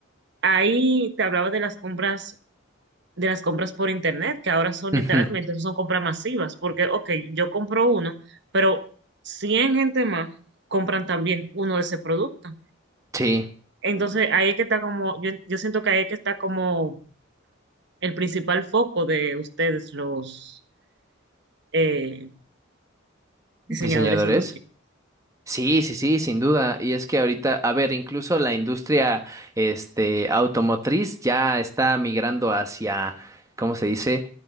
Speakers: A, on the right (about 60°); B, on the right (about 15°).
A: ahí te hablaba de las compras, de las compras por internet, que ahora son
B: ujú,
A: literalmente, son compras masivas, porque, ok, yo compro uno, pero 100 gente más compran también uno de ese producto.
B: sí,
A: Entonces, ahí es que está como, yo, yo siento que ahí es que está como el principal foco de ustedes, los, eh,
B: diseñadores.
A: Diseñadores industriales.
B: Sí, sí, sí, sin duda. Y es que ahorita, a ver, incluso la industria, este, automotriz ya está migrando hacia, ¿cómo se dice?